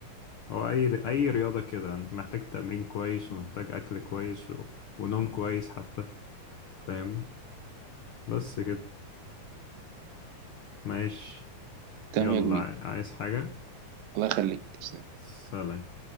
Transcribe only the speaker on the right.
تمام
يا كبير
الله يخليك تسلم